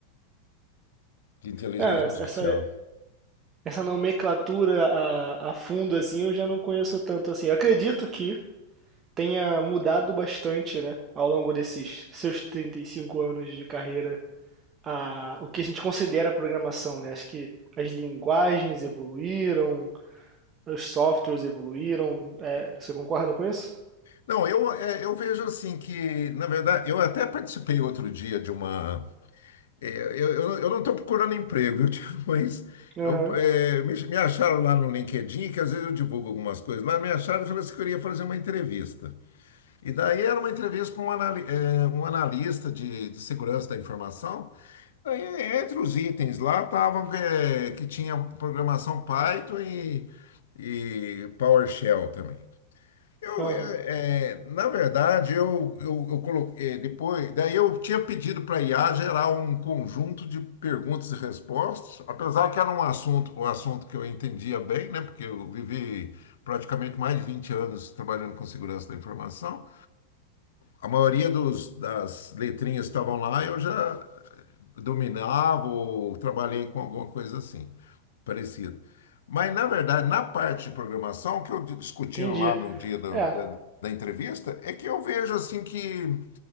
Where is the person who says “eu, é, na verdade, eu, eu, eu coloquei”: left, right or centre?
Left